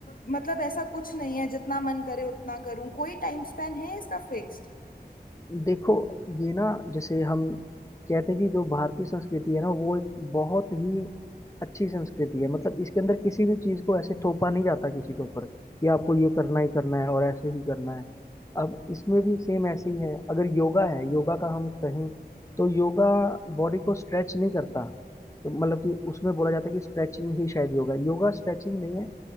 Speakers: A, on the left (about 55°); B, on the left (about 20°).
A: मतलब ऐसा कुछ नहीं है जितना मन करे उतना करूं कोई टाइम स्पैन है इसका फिक्स्ड
B: देखो ये ना जैसे हम कहते हैं कि जो भारतीय संस्कृति है ना वो एक बहुत ही अच्छी संस्कृति है मतलब इसके अंदर किसी भी चीज़ को ऐसे थोपा नहीं जाता किसी के ऊपर कि आपको ये करना ही करना है और ऐसे ही करना है अब इसमें भी सेम ऐसे ही है अगर योगा है योगा का हम कहें तो योगा बॉडी को स्ट्रेच नहीं करता तो मतलब कि उसमें बोला जाता है कि स्ट्रेचिंग ही शायद योगा है योगा स्ट्रेचिंग नहीं है